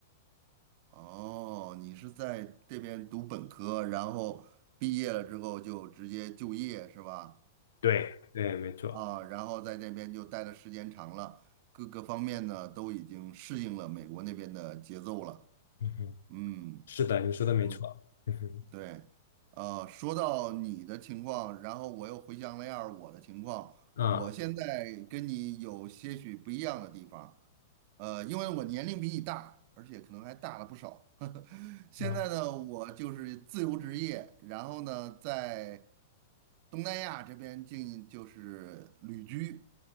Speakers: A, on the right; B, on the left.
A: 哦，你是在这边读本科，然后毕业了之后就直接就业，是吧？
B: 对，对，没错。
A: 啊，然后在那边就待的时间长了，各个方面呢都已经适应了美国那边的节奏了。
B: 嗯哼，
A: 嗯，
B: 是的，你说的没错。
A: 行，
B: 嗯
A: 对，呃，说到你的情况，然后我又回想了一下儿我的情况，
B: 哼，
A: 我现嗯在跟你有些许不一样的地方，
B: 啊
A: 呃，因为我年龄比你大，而且可能还大了不少。<laughs> 现在呢，
B: 啊
A: 嗯我就是自由职业，然后呢，在东南亚这边进就是旅居。